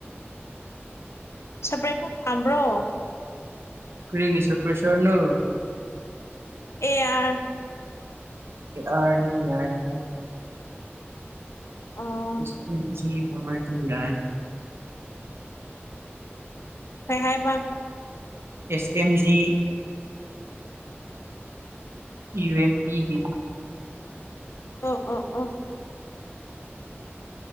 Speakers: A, on the left (about 80°); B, on the right (about 65°).
A: ꯁꯄ꯭ꯔꯦꯠꯈꯔ ꯄꯥꯝꯕ꯭ꯔꯣ꯫
B: ꯀꯒꯤꯁ ꯄ꯭ꯔꯁꯔꯅ
A: ꯑꯦꯌꯥ
B: ꯑꯅꯤ ꯌꯥꯔꯗ
A: ꯑꯣ
B: ꯏꯁꯀꯤꯦ ꯀꯃꯔ ꯌꯥꯏ
A: ꯍꯩ ꯍꯥꯏꯕ
B: ꯑꯦꯁ ꯑꯦꯝꯖꯤ ꯏ ꯑꯦꯦꯝ ꯄꯤꯒꯤ
A: ꯑ ꯑ ꯑ